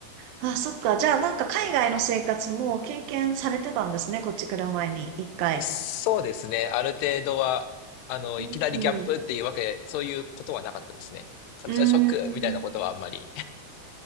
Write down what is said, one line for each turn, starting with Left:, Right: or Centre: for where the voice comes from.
Right: あ、そっか。じゃあ、なんか海外の生活も経験されてたんですね。こっち来る前に、一回。
Left: そうですね。ある程度は、あの、
Right: うん、
Left: いきなりギャップっていうわけ、
Right: うん。
Left: そういうことはなかったですね。カルチャーショックみたいなことはあんまり。
Right: うん。